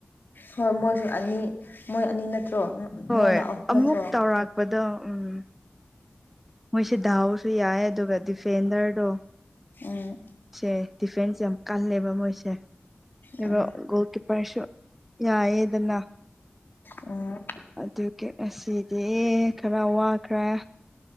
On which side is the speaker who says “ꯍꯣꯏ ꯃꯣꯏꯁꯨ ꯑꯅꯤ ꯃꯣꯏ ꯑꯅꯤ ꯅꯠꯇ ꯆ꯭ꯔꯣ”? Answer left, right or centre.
Left